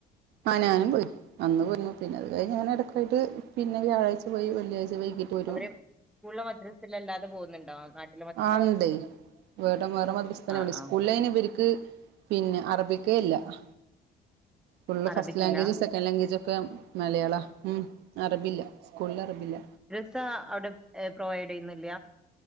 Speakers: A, on the right; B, in the centre.
A: ആഹ് ഞാനും പോയി അന്ന് പോയിരുന്നു പിന്നെ അത് കഴ ഞാന ഇടക്കായിട്ട് പിന്നെ വ്യാഴാഴ്ച പോയി വെള്ളിയഴ്ച വൈകിട്ട്. വരും
B: അവര് സ്കൂളിലാ മദ്റസയിലും അല്ലാതെ പോകുന്നുണ്ടോ നട്ട്
A: ആണ്ടേയ് വേറ വേറെ മദ്രസ് തന്നെള്ളൂ
B: ആഹ്
A: സ്കൂളയ്ൻ
B: ആഹ്
A: ഇവർക്ക്. പിന്നെ അറബിക്കെല്ല ഇല്ല ഫുള്ള്
B: അറബിക്കില്ല
A: ഫസ്റ്റ് ലാംഗ്വേജും സെക്ക കെലങ്കേജൊക്കെ മലയാളം അറബില്ല സ്കൂളിൽ അറബില്ല.
B: ഇത്താ അവിടെ പ്രൊവൈഡ് ചെയ്യുന്നില്ല.